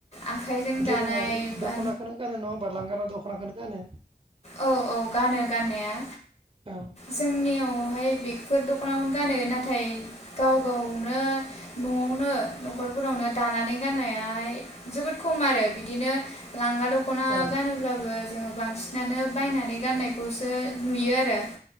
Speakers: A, on the left; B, on the right.
A: आखाइजों
B: दोरोङारि
A: दानाय बा
B: दखनाखौनो गानो नङा होनबा लांगोना दख' नाखौनो गानो।
A: औ औ गानो गाननाया
B: औ
A: जोंनियावहाय बि फोर दखानावनो गानो नाथाय गाव गावनो न'आवनो न'खरफोरावनो दानानै गाननायाहाय जोबोद खम आरो बिदिनो। लांगा दख'ना
B: औ
A: गानोब्लाबो जोङो बांसिन बायनानै गाननायखौसो नुयो आरो।